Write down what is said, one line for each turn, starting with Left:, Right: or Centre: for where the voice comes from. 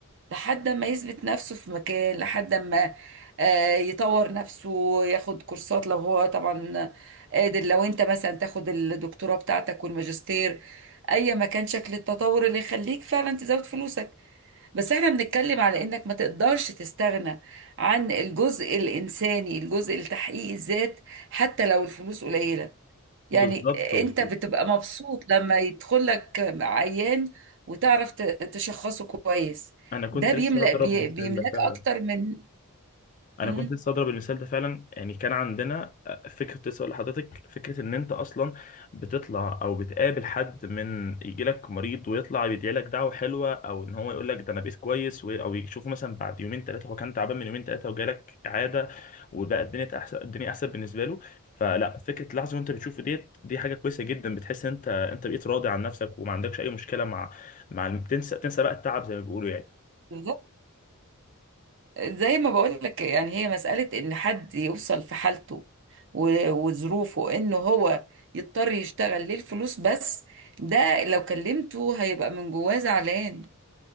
Right: لحد ما يثبت نفسه في مكان لحد ما آه، يطور نفسه ياخد كورسات لو هو طبعا قادر لو انت مثلا تاخد الدكتوراه بتاعتك والماجستير اي ما كان شكل التطور اللي يخليك فعلا تزود فلوسك بس احنا بنتكلم على انك ما تقدرش تستغنى عن الجزء الانساني الجزء لتحقيق الذات حتى لو الفلوس قليلة يعني
Left: بالظبط و-
Right: انت بتبقى مبسوط لما يدخل لك عيان وتعرف ت- تشخصه كويس
Left: انا كنت
Right: ده بيملأ
Left: لسه هضرب
Right: بي-
Left: مثال
Right: بيملاك
Left: ده فعلا
Right: اكتر من
Left: انا
Right: مم،
Left: كنت لسه اضرب المثال ده فعلا يعني كان عندنا آه، فكره كنت لسه اقول لحضرتك فكره ان انت اصلا بتطلع او بتقابل حد من يجي لك مريض ويطلع يدعي لك دعوه حلوه او ان هو يقول لك ده انا بقيت كويس و- او يشوفه مثلا بعد يومين ثلاثه هو كان تعبان من يومين ثلاثه وجالك اعاده وبقى الدنيا احسن الدنيا احسن بالنسبه له فلا فكره لحظه وانت بتشوف ديت دي حاجه كويسه جدا بتحس ان انت انت بقيت راضي عن نفسك وما عندكش اي مشكله مع مع الم- تنسى تنسى بقى التعب زي ما بيقولوا يعني
Right: بالظبط زي ما بقول لك يعني هي مسألة ان حد يوصل في حالته و- وظروفه انه هو يضطر يشتغل للفلوس بس ده لو كلمته هيبقى من جواه زعلان